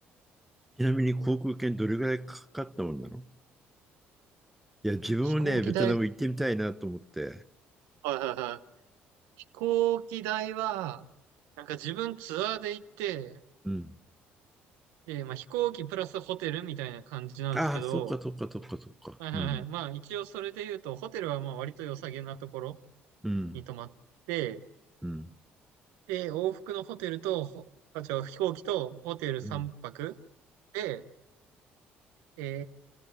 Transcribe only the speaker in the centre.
ちなみに航空券どれぐらいかかったもんなのいや、自分もね、
ベトナム行ってみたいなと思って。
うん。
ああ、そうか、そうか、そうか、そうか。
うん、
うん、
うん、
うん。